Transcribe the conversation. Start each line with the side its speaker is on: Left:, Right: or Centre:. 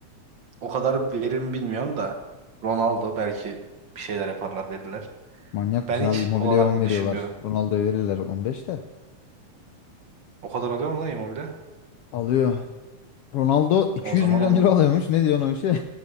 Right: O kadar verir mi bilmiyorum da. Ronaldo belki bir şeyler yaparlar verirler.
Left: Manyak
Right: Ben
Left: mısın
Right: hiç
Left: abi? Immobile'ye
Right: olanaklı
Left: 10 veriyorlar.
Right: düşünmüyorum.
Left: Ronaldo'ya verirler 15 de.
Right: O kadar alıyor mu lan Immobile?
Left: Alıyor. Ronaldo 200
Right: O zaman
Left: milyon euro alıyormuş. Ne diyorsun o işe?